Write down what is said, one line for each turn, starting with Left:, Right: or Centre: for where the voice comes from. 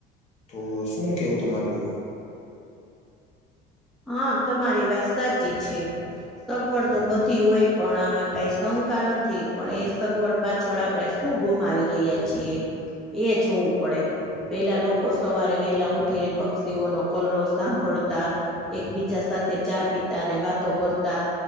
Left: તો શું કેવું તમારું
Centre: હા તમારી વાત સાચી છે સગવડ તો બધી હોય પણ આમાં કઈ શંકા નથી પણ એ સગવડ પાછળ આપણે શું ગુમાવી રહ્યા છીએ એ જોવું પડે પેલા લોકો સવારે વેલા ઉઠીને પક્ષીઓનો કલરોવ સાંભળતા એકબીજા સાથે ચા પીતા અને વાતો કરતા